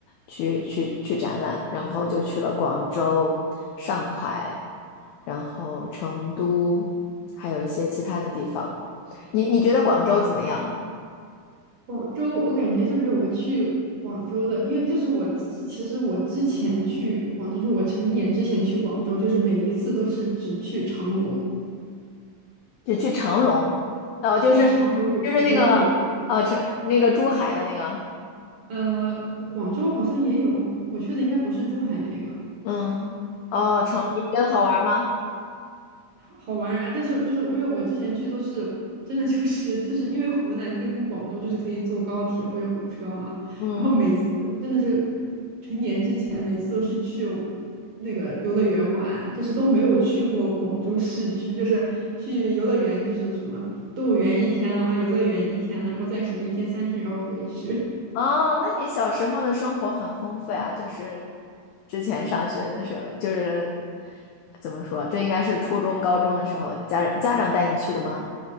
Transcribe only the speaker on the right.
广州我感觉就是我去广州的，因为就是我之其实我之前去广州，就是我成年之前去广州，就是每一次都是只去长隆，
就是长隆游游乐园。
呃，广州好像也有，我去的应该不是珠海那个。
好玩啊！但是就是因为我之前去都是真的就是就是因为湖南跟广东就是可以坐高铁或者火车嘛，
然后每次真的是成年之前每次都是去那个游乐园玩，就是都没有去过广州市区，就是去游乐园就是什么动物园一天啦，游乐园一天了，然后再什么一天三天，然后回去。<laughs>